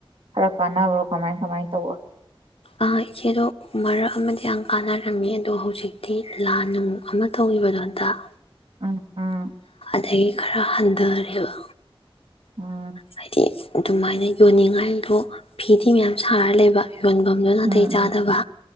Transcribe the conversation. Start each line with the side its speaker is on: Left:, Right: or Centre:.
Right: ꯈꯔ ꯀꯥꯟꯅꯕ꯭ꯔꯣ ꯀꯃꯥꯏ ꯀꯃꯥꯏꯅ ꯇꯧꯕ
Left: ꯑ ꯏꯆꯦꯗꯣ ꯃꯔꯛ ꯑꯃꯗꯤ ꯌꯥꯝ ꯀꯥꯟꯅꯔꯝꯃꯤ ꯑꯗꯣ ꯍꯧꯖꯤꯛꯇꯤ ꯂꯥꯟ ꯅꯨꯡꯃꯨꯛ ꯑꯃ ꯇꯧꯒꯤꯕꯗꯣ ꯍꯟꯇꯥꯛ
Right: ꯎꯝ ꯑꯥ
Left: ꯑꯗꯒꯤ ꯈꯔ ꯍꯟꯊꯔꯦꯕ
Right: ꯑꯝ
Left: ꯍꯥꯏꯗꯤ ꯑꯗꯨꯃꯥꯏꯅ ꯌꯣꯟꯅꯤꯡꯉꯥꯏꯗꯣ ꯐꯤꯗꯤ ꯃꯌꯥꯝ ꯁꯥꯔ ꯂꯩꯕ ꯌꯣꯟꯐꯝꯗꯣ ꯅꯥꯇꯩ
Right: ꯎꯝ
Left: ꯆꯥꯗꯕ